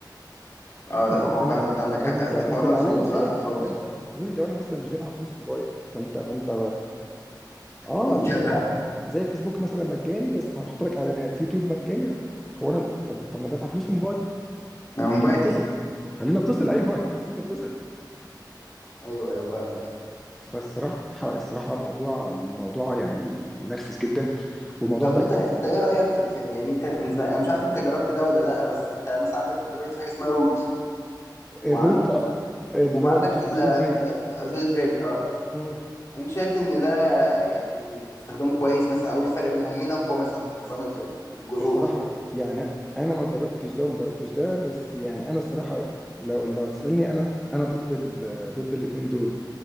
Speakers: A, on the left; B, in the centre.
A: اه
B: يعني
A: لا هو
B: انا
A: فعلا انت عندك حق
B: انت
A: الحوار
B: انت الاعلان
A: ده مش موجود في
B: ده
A: الايفون خالص
B: الاعلان ده تحطه لي لو انا مثلا مش دافع فلوس الموبايل فانت فانت
A: <laughs>
B: اه لا
A: جدع
B: زي فيسبوك مثلا مجاني بس هنحط لك اعلانات يوتيوب مجاني هو انا طب طب طب انا دافع فلوس في الموبايل
A: أنا
B: خلينا
A: موبايلي
B: اتصل خلينا اتصل ايوه <laughs> سيبنا اتصل
A: ايوه ايوه فاهم
B: فالصراحه الصراحه موضوع موضوع يعني ينرفز جدا والموضوع
A: طب
B: ده
A: انت
B: كان
A: انت
B: في
A: ايه رايك في, في يعني انت بالنسبه لي انا مش عارف انت جربت ده ولا لا بس انت مثلا عندك في اندرويد في حاجه اسمها روت
B: الروت
A: وعندك
B: آه، اللي
A: وفي عندك
B: هو الج-
A: في ال
B: الجيل بريك
A: في ال في الجيل بريك اه
B: مم.
A: انت شايف ان ده يعني استخدامه كويس مثلا او ايه الفرق بينهم مين اقوى مثلا في نظام ال- ال- الجذور
B: الصراحه يعني انا ما جربتش ده وما جربتش ده بس يعني انا الصراحه لو لو هتسالني انا انا ضد ال... ضد الاثنين دول